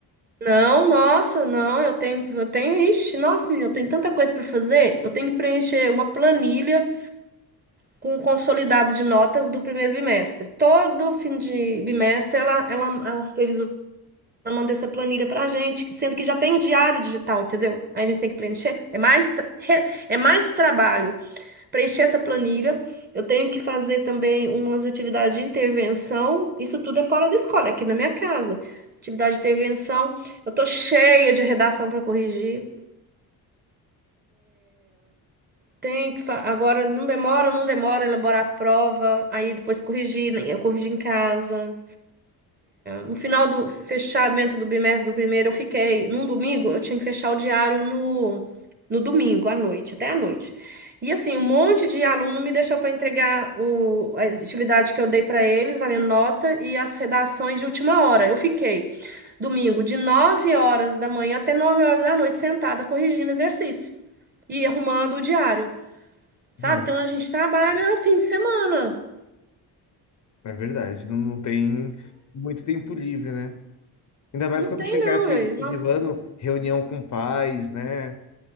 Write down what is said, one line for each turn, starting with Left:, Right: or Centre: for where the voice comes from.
Right: Não, nossa, não, eu tenho, eu tenho, ixi, nossa, menina, eu tenho tanta coisa para fazer. Eu tenho que preencher uma planilha com o consolidado de notas do primeiro bimestre. Todo fim de bimestre, ela, ela, a supervisora manda essa planilha pra gente, sendo que já tem o diário digital, entendeu? Aí a gente tem que preencher. É mais, tra- re- é mais trabalho preencher essa planilha. Eu tenho que fazer também umas atividades de intervenção. Isso tudo é fora da escola, é aqui na minha casa. Atividade de intervenção. Eu tô cheia de redação para corrigir. Tenho que fa- agora não demora, não demora elaborar a prova, aí depois corrigir, né? eu corrijo em casa. No final do fechamento do bimestre do primeiro, eu fiquei. Num domingo, eu tinha que fechar o diário no, no domingo, à noite, até à noite. E assim, um monte de aluno me deixou para entregar o, a atividade que eu dei para eles, valendo nota, e as redações de última hora. Eu fiquei domingo de 9 horas da manhã até 9 horas da noite, sentada, corrigindo exercício e arrumando o diário, sabe?
Left: Não,
Right: Então a gente trabalha fim de semana.
Left: é verdade. Não, não tem muito tempo livre, né? Ainda mais
Right: Não
Left: quando
Right: tem,
Left: chegar
Right: não.
Left: pe-
Right: eu- Nossa.
Left: de reunião com pais, né?